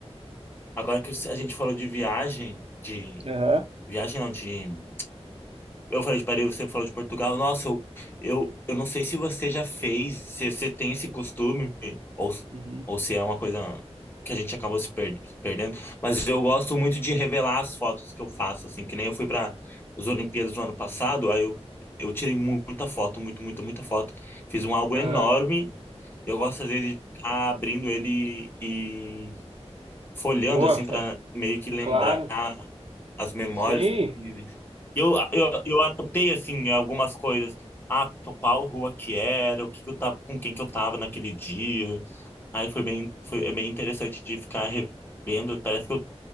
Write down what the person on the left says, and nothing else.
agora que a gente falou de viagem, de
viagem não, de Eu falei de Paris, você falou de Portugal. Nossa, eu, eu, eu não sei se você já fez, se você tem esse costume, ou,
ou se é uma coisa que a gente acabou se per- se perdendo, mas eu gosto muito de revelar as fotos que eu faço, assim, que nem eu fui para as Olimpíadas do ano passado, aí eu, eu tirei mu- muita foto, muito, muita, muita foto. Fiz um álbum
enorme, e eu gosto às vezes de ficar abrindo ele e folheando,
assim,
para meio que lembrar
as memórias
que eu tive. Eu, eu, eu anotei, assim, algumas coisas. Ah, to- qual rua que era, o que que eu tava, com quem que eu tava naquele dia. Aí foi bem, foi é bem interessante de ficar revendo. Parece que eu,